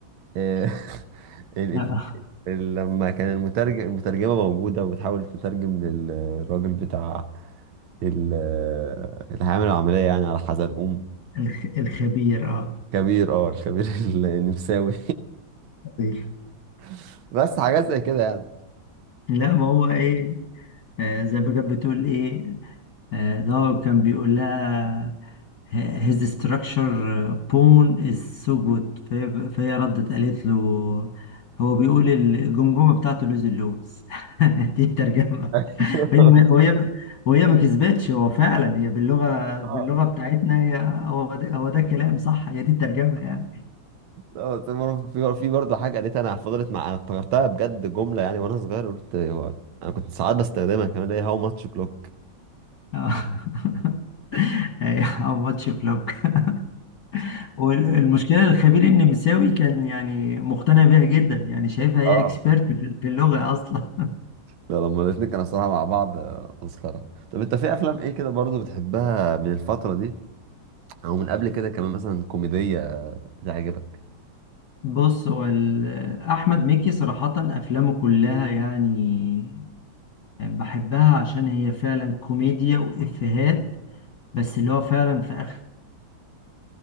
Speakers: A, on the right; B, on the left.
A: آه، <laughs> الإف-
B: <laughs> آه،
A: لما كان المترجم المترجمة موجودة وبتحاول تترجم للراجل بتاع ال- آه، اللي هيعمل العملية يعني على حزلقوم
B: الخ... الخبير اه
A: كبير اه الكبير <laughs> النمساوي
B: طيب.
A: <laughs> بس حاجات زي كده يعني
B: لا ما هو ايه آه زي ما كانت بتقول ايه آه، ده هو كان بيقول لها "H- his structure bone is so good فهي فهي ردت قالت له هو بيقول الجمجمة بتاعته لوز اللوز <laughs> دي الترجمة
A: <laughs>
B: هي ما وهي وهي ما كسبتش هو فعلا هي باللغة
A: اه
B: باللغة بتاعتنا هي هو ده هو ده كلام صح هي دي الترجمة يعني
A: اه ده برضه- في في برضه حاجه قالتها انا فضلت مع انا افتكرتها بجد جمله يعني وانا صغير قلت هو انا كنت ساعات بستخدمها كمان هي هاو ماتش كلوك
B: <laughs> أو ماتش كلوك <laughs> والمشكله الخبير النمساوي كان يعني مقتنع بيها جدا يعني شايفها هي
A: اه
B: اكسبيرت في في اللغه اصلا
A: ده لما الاتنين كانوا صراحه مع بعض آه، مسخره طب انت في افلام ايه كده برضه بتحبها من الفتره دي او من قبل كده كمان مثلا كوميديه بتعجبك
B: <laughs> بص هو ال- احمد مكي صراحه افلامه كلها يعني بحبها عشان هي فعلا كوميديا وافيهات بس اللي هو فعلا في اخر